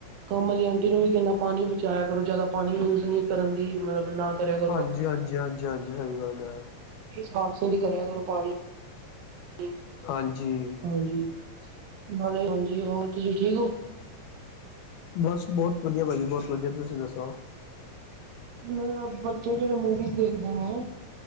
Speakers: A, on the right; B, on the left.
A: ਕੰਮ ਵਾਲੀ ਆਂਟੀ ਨੂੰ ਵੀ ਕਹਿੰਦਾ ਪਾਣੀ ਬਚਾਇਆ ਕਰੋ ਜਿਆਦਾ ਪਾਣੀ ਯੂਜ ਨਹੀਂ ਕਰਨ ਦੀ ਮਤਲਬ ਨਾ ਕਰਿਆ ਕਰੋ।
B: ਹਾਂਜੀ ਹਾਂਜੀ ਹਾਂਜੀ ਹਾਂਜੀ ਸਹੀ ਗੱਲ ਹੈ।
A: ਇਹ ਸਾਫ਼ ਸਫ਼ਰੀ ਕਰਿਆ ਕਰੋ ਪਾਣੀ। ਠੀਕ
B: ਹਾਂਜੀ
A: ਹਾਂਜੀ ਨਾਲੇ ਹਾਂਜੀ ਹੋਰ ਤੁਸੀਂ ਠੀਕ ਹੋ
B: ਬਸ ਬਹੁਤ ਵਧੀਆ ਭਾਜੀ ਬਹੁਤ ਵਧੀਆ ਤੁਸੀਂ ਦੱਸੋ।
A: ਮਤਲ ਬੱਚੇ ਜਿਹੜੇ ਮੂਵੀਜ਼ ਦੇਖਦੇ ਨੇ